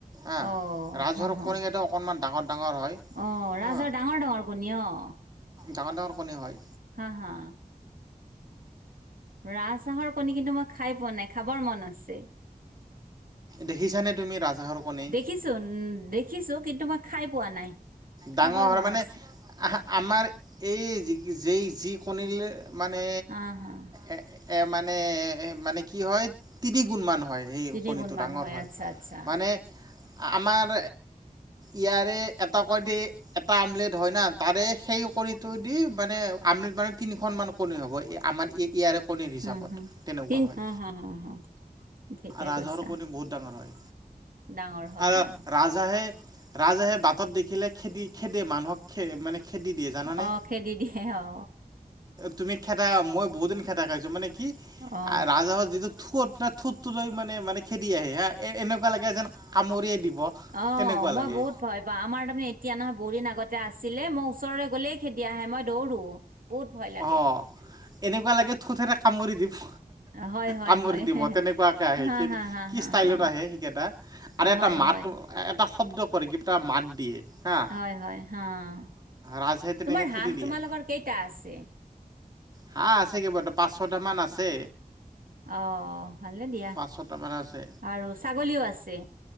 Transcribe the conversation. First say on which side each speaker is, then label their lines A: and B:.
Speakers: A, on the right; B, on the right.
A: আহ
B: অ
A: ৰাজহাঁহৰ
B: হা হা
A: কণী কেইটা অকনমান ডাঙৰ। ডাঙৰ হয়
B: অ' ৰাজহাঁহৰ
A: হা
B: ডাঙৰ ডাঙৰ কণী অ'।
A: ডাঙৰ- ডাঙৰ কণী হয়।
B: হা হা। ৰাজহাঁহৰ কণী কিন্তু মই খাই পোৱা নাই খাবৰ মন আছে।
A: দেখিছানে তুমি ৰাজহাঁহৰ কণী?
B: দেখিছো দেখিছো কিন্তু মই খাই পোৱা নাই। খাবৰ
A: ডাঙৰ হয়
B: মন
A: মানে
B: আছে
A: আহ আমাৰ এই যেই যি কণী <unintelligible> মানে
B: হা হা
A: এ এ মানে মানে কি হয় তিনি গুণ মান হয় <inaudible> হয়,
B: তিনি
A: কণীটো
B: গুণ মান
A: ডাঙৰ হয়
B: আচ্ছা আচ্ছা
A: মানে আমাৰ ইয়াৰে <unintelligible> দি এটা আমলেট হয় না তাৰে সেই কণীটো দি মানে আমলেট মানে তিনিখন মান <unintelligible> হব এই আমাৰ ইয়াৰে কণীৰ হিচাপত
B: উম হম
A: তেনেকুৱা
B: তিন
A: হয়,
B: হা হা হা হা ঠিকে
A: ৰাজহাঁহৰ
B: কৈছা
A: কণী বহুত ডাঙৰ হয়।
B: ডাঙৰ হয়
A: আৰু
B: অ
A: ৰাজহাঁহে - ৰাজহাঁহে বাটত -খিলে খেদি খেদে মানুহক খে মানে খেদি দিয়ে জানানে?
B: অ খেদি দিয়ে অ
A: তুমি খেদা মই বহুত দিন খেদা খাইছো মানে কি
B: অ
A: ৰাজহাঁহত যিটো ঠোঁট নে ঠোঁটটো লৈ মানে-মানে খেদি আহে হা, এ-এনেকুৱা লাগে যেন কামুৰিয়ে দিব,
B: অ
A: তেনেকুৱা
B: মই
A: লাগে।
B: বহুত ভয় পাওঁ আমাৰ তাৰমানে এতিয়া নহয়, বহু দিন আগতে আছিলে, মই ওচৰলৈ গ'লেই খেদি আহে, মই দৌৰো। বহুত ভয় লাগে।
A: অ এনেকুৱা লাগে ঠোঁটেৰে কামুৰি দিব।
B: হয় হয়
A: কামুৰি
B: হয়
A: দিব, তেনেকুৱাকে আহে,
B: হা হা হা
A: কি
B: হা
A: ষ্টাইলত
B: হা
A: আহে সেইকেইটা আৰু এটা
B: হয়
A: মাত-এটা
B: হয়
A: শব্দ কৰে, কিবা এটা মাত দিয়ে। হা
B: হয় হয়, অ',
A: ৰাজহাঁহে তেনেকে
B: তোমাৰ
A: খেদি
B: হাঁহ
A: দিয়ে
B: তোমালোকৰ কেইটা আছে?
A: হাঁহ আছে কেইবাটাও, পাঁচ-ছয়টা মান আছে।
B: অ', ভালে দিয়া,
A: পাঁচ ছটামান আছে
B: আৰু ছাগলীও আছে?